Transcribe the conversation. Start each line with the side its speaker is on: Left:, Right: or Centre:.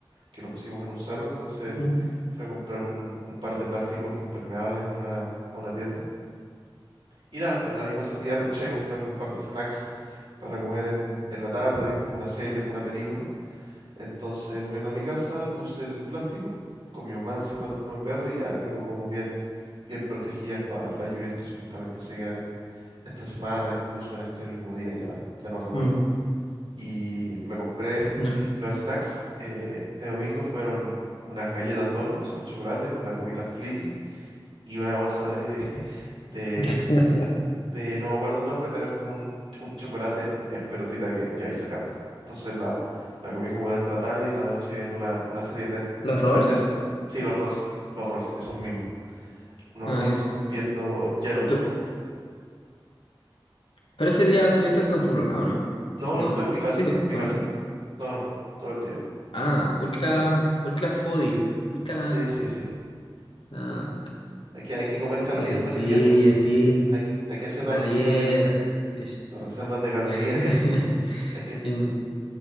Right: que lo pusimos en un cerro, entonces
Left: Mm,
Right: fui a comprar un, un par de plásticos impermeables a una, a una tienda. Y nada, en la misma salida <laughs> aproveché de comprarme un par de snacks para comer en, en la tarde, viendo alguna serie, alguna película. Entonces, volviendo a mi casa, puse el plástico con mi mamá encima de la tumba de mi perro y ya quedó como bien, bien protegidas para las lluvias que supuestamente se vienen esta semana, incluso en este mismo día, ya, ya no recuerdo.
Left: mm,
Right: Y me compré <laughs>
Left: no.
Right: los snacks eh, de domingo, fueron unas galletas donuts con chocolate, una gomita Flippy y una bolsa de, <laughs> de
Left: <laughs>
Right: de, no me acuerdo el nombre, pero es como un, un chocolate en, en pelotita que, que vais sacando. Entonces la, la comí como durante la tarde y la noche viendo una, una serie de net,
Left: ¿Los
Right: que
Left: rolls?
Right: está en Netflix. Sí, los Rolls, los Rolls, esos mismos. Unos
Left: Ah,
Right: Rolls viendo Yellowstone.
Left: ya. Pero ese día estuviste con tu programa, ¿no?
Right: No, no
Left: ¿No?
Right: estuve en mi casa,
Left: Sí,
Right: en mi
Left: ¿o
Right: casa.
Left: ¿no?
Right: No, no, todo el día.
Left: Ah, ultra,
Right: solo.
Left: ultra foodie, ultra,
Right: Sí, sí, sí.
Left: ah,
Right: Hay que, hay que comer calorías
Left: ya, ya,
Right: para el
Left: pi,
Right: invierno. po.
Left: ya, pi,
Right: Hay que, hay que hacer las
Left: la
Right: reservas
Left: dieta,
Right: de calorías.
Left: dice.
Right: Las reservas de calorías,
Left: <laughs>
Right: viejo. Sí, hay que...
Left: Em,